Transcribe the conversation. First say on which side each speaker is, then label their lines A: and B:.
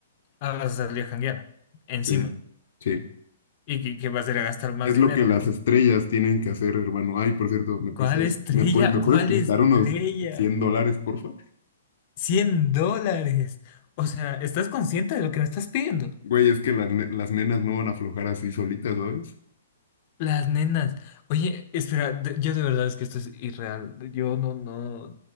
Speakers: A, on the left; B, on the left.
A: ah, vas a salir a janguear encima
B: Sí, sí.
A: y que, que vas a ir a gastar más
B: Es
A: dinero,
B: lo que las
A: ¿no?
B: estrellas tienen que hacer, hermano. Ay, por cierto, ¿me prestas,
A: ¿Cuál estrella?
B: me puedes, me puedes
A: ¿Cuál
B: prestar
A: estrella?
B: unos cien dólares, porfa?
A: 100 dólares. O sea, ¿estás consciente de lo que me estás pidiendo?
B: Güey, es que las, ne- las nenas no van a aflojar así solitas, ¿sabes?
A: Las nenas. Oye, espera, de- yo de verdad es que esto es irreal. Yo no, no,